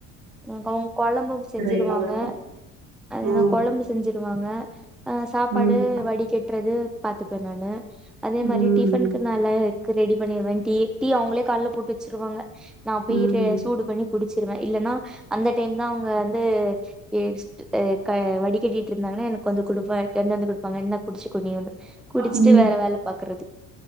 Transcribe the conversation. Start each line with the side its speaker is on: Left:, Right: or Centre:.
Centre: இங்கங் கொழம்பும் செஞ்சிடுவாங்க
Right: எல்லா ஒர்க்கு
Centre: அதன
Right: ம்
Centre: கொழம்பு செஞ்சிடுவாங்க அ சாப்பாடு
Right: ம்
Centre: வடி கெட்றது பாத்துப்பே நானு அதே
Right: ம்
Centre: மாரி டிஃப்பனுக்கு நானு க்கு ரெடி பண்ணிருவே டேட்டி அவங்களே கால் ல போட்டு வச்சிருவாங்க நா போய்
Right: ம்
Centre: து சூடு பண்ணி குடிச்சிருவே இல்லன்னா அந்த டைம் தா அவங்க வந்து ஏஸ்ட் டைம் க வடி கட்டிட்டு இருந்தாங்க எனக்கு வ கொடுப்பா டென்னந்து கொடுப்பாங்க என்ன புடிச்சுக்குனி ஒண்ணு குடிச்சுட்டு
Right: ம்
Centre: வேற வேல பாக்குறது